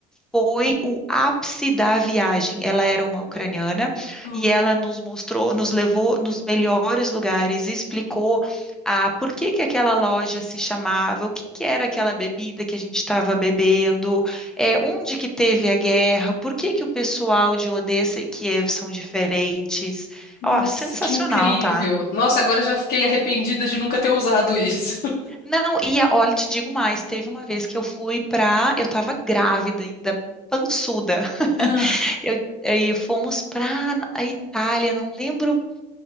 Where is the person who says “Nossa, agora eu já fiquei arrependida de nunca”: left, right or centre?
Left